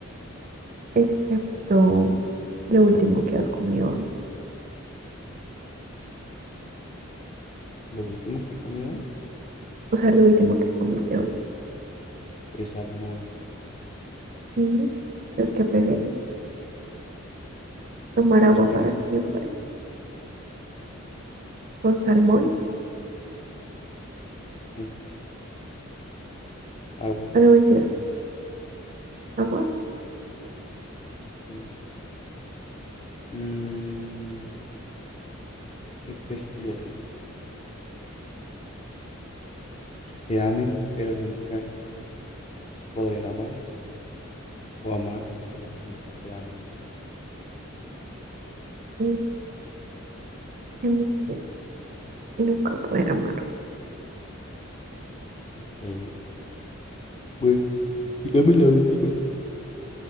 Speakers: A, on the right; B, on the left.
A: excepto lo último que has comido hoy?
B: Lo último que comí hoy
A: O sea, lo último que comiste hoy.
B: fue salmón.
A: Mm, Entonces, ¿qué prefieres? ¿Tomar agua
B: Espérame.
A: para siempre con salmón?
B: uf, agua.
A: Ah, no, mentiras. ¿Agua?
B: eh, mm, ¿tú qué prefieres? ¿Que te amen pero nunca poder amar? o amar, pero que nunca te amen.
A: Mm, que me comen Y nunca poder amar.
B: Ok, bueno, tírame la última.